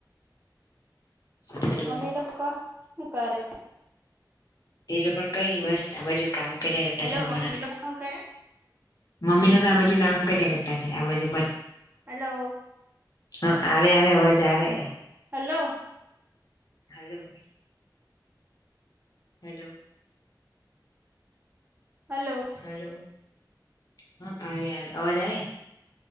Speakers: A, on the left; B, on the right.
A: હેલો
B: મમ્મી લોકો હું કરે
A: તે લોકો કઈ બસ આ બાજુ કામ કર્યા કરતા
B: હલો
A: છે હમણાં
B: મમ્મી લોકો શું કરે
A: મમ્મી લોકો આ બાજુ કામ કર્યા કરતા છે આ બાજુ
B: હલો
A: હા આવે આવે અવાજ આવે
B: hello
A: hello hello
B: hello
A: hello હા આવે આવે અવાજ આવે